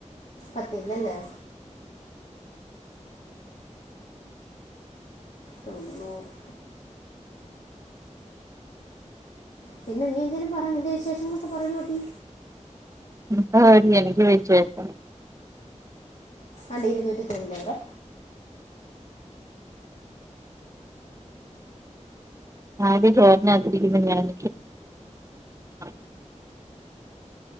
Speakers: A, on the left; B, on the right.
A: പത്തില്ലല്ലേ തൊണ്ണൂറ് പിന്നെ നീ എന്തേലും പറ നിൻ്റെ വിശേഷങ്ങളൊക്കെ പറേടി പൊട്ടി
B: സാരിയ എനിക്ക് വെച്ചേക്കോ
A: അല്ല ഇരുന്നൂറ്റി തൊണ്ണൂറ്
B: ആടി <unintelligible> ഞാൻ <unintelligible>